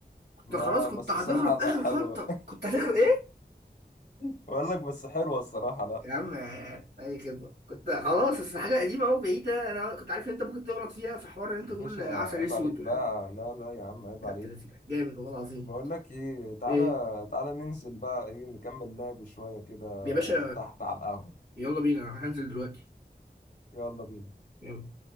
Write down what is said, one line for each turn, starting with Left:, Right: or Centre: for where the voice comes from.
Right: كنت
Left: ما
Right: خلاص كنت
Left: بس
Right: هتغلط
Left: الصراحة لا
Right: آخر
Left: حلوة
Right: غلطة كنت هتغلط إيه؟
Left: <laughs> بقول لك بس حلوة الصراحة لا
Right: يا عم أي خدمة كنت خلاص بس حاجة قديمة أوي بعيدة أنا كنت عارف إن أنت ممكن تغلط فيها في حوار إن أنت تقول
Left: يا باشا
Right: عسل
Left: عيب
Right: أسود
Left: عليك بقى
Right: والحاجات دي.
Left: لا لا يا عم عيب عليك
Right: يا ابن اللذينة، جامد والله العظيم
Left: بقول لك ايه تعالى
Right: إيه
Left: تعالى ننزل بقى ايه نكمل لعب شوية كده
Right: يا باشا
Left: تحت على القهوة
Right: يلا بينا انا هنزل دلوقتي
Left: يلا بينا
Right: يلا